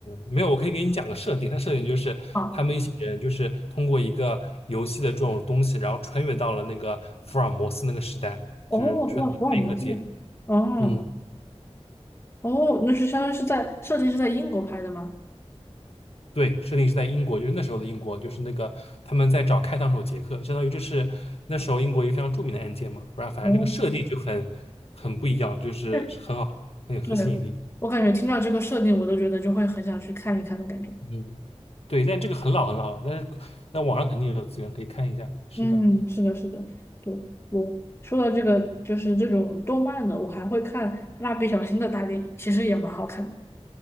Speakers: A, on the left; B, on the left.
A: 没有，我可以给你讲个设定。它设定就是他们一行人就是通过一个游戏的这种东西，
B: 啊，
A: 然后穿越到了那个福尔摩斯那个时代，
B: 哦，
A: 就是穿越到黑客界。
B: 哇，福尔摩斯，哦
A: 嗯，
B: 哦，那是相当于是在设定是在英国拍的吗？
A: 对，设定是在英国，就是那时候的英国，就是那个他们在找开膛手杰克，相当于这是那时候英国一个非常著名的案件嘛。不然后反正这个设定就很很不一样，
B: 哦，
A: 就是很好，
B: 确实
A: 很有很吸引力。
B: 对，我感觉听到这个设定，我都觉得就会很想去看一看的感觉。
A: 嗯，对，但这个很老很老了，但是那网上肯定有资源可以看一下。是的。
B: 嗯，是的，是的，对，我说到这个，就是这种动漫的，我还会看《蜡笔小新》的大电影，其实也蛮好看的。